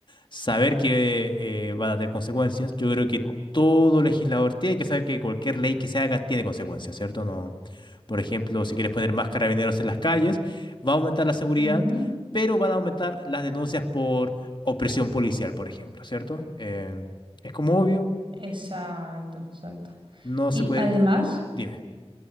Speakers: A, on the left (about 50°); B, on the right (about 55°).
A: saber que eh, van a tener consecuencias. Yo creo que todo legislador tiene que saber que cualquier ley que se haga tiene consecuencias, ¿cierto? No, por ejemplo, si quieres poner más carabineros en las calles, va a aumentar la seguridad,
B: Ujú,
A: pero van a aumentar las denuncias por opresión policial, por ejemplo, ¿cierto? Eh, es como obvio,
B: Exacto, exacto.
A: no
B: Y
A: se puede...
B: además,
A: Dime.